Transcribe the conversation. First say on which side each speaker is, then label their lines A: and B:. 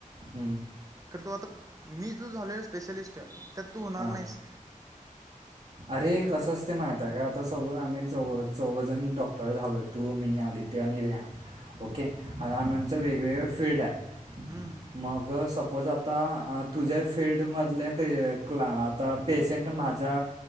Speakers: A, on the right (about 50°); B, on the right (about 25°).
A: ह
B: तर तू आता मी जो झालोय स्पेशलिस्ट त्यात तू होणार
A: हां
B: नाहीस
A: अरे कसं अस ते माहित आहे का आता समज आम्ही चौ चौघ जण डॉक्टर झालोत तू, मी आदित्य आणि रे
B: ह
A: ओके आणि आनचं वेगवेगळ फील्ड आहे
B: हम्म
A: मग सपोज आता तुझ्या फिल््डमधल्या क क्ला तर पेशंट माझ्या